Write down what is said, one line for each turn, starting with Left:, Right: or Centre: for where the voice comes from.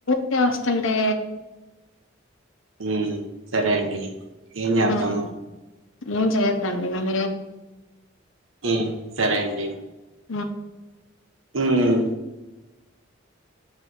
Left: తే వస్తుంటే
Right: అమ్ సరే అండి ఏంచేదాం
Left: ఉమ్, ఏం చేద్దం ఇగ <inaudible>
Right: మ్మ్ సరే అండి
Left: మా
Right: మ్మ్